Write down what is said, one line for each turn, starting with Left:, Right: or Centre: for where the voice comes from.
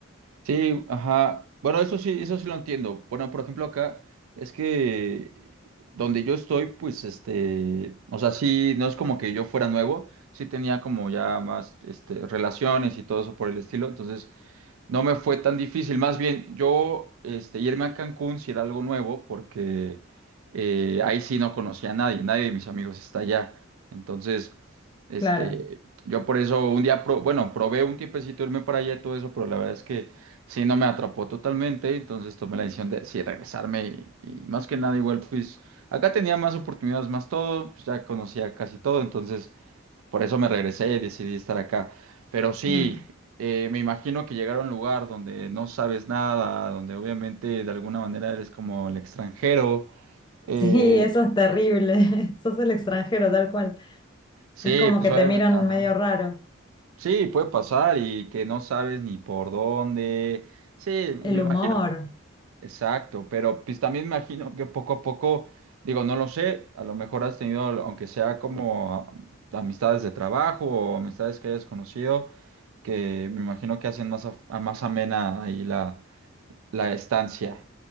Right: Sí, ajá. Bueno, eso sí, eso sí lo entiendo. Bueno, por ejemplo, acá es que donde yo estoy, pues este, o sea, sí, no es como que yo fuera nuevo, sí tenía como ya más este, relaciones y todo eso por el estilo. Entonces, no me fue tan difícil, más bien yo este, irme a Cancún si era algo nuevo, porque eh, ahí sí no conocía a nadie, nadie de mis amigos está allá. Entonces, este,
Left: Claro.
Right: yo por eso un día, pro- bueno, probé un tiempecito irme para allá y todo eso, pero la verdad es que sí no me atrapó totalmente, entonces tomé la decisión de sí regresarme y, y más que nada igual, pues acá tenía más oportunidades, más todo, pues ya conocía casi todo, entonces por eso me regresé y decidí estar acá. Pero sí,
Left: Mm.
Right: eh, me imagino que llegar a un lugar donde no sabes nada, donde obviamente de alguna manera eres como el extranjero. eh,
Left: Sí, eso es terrible. <laughs> Sos el extranjero, tal cual.
Right: sí,
Left: Es como
Right: pues
Left: que
Right: obviamente,
Left: te miran
Right: ajá.
Left: medio raro.
Right: Sí, puede pasar y que no sabes ni por dónde. Sí,
Left: El
Right: me imagino.
Left: humor.
Right: Exacto, pero pues también me imagino que poco a poco, digo, no lo sé, a lo mejor has tenido, aunque sea como ah, amistades de trabajo o amistades que hayas conocido, que me imagino que hacen más, af- a, más amena ahí la, la estancia.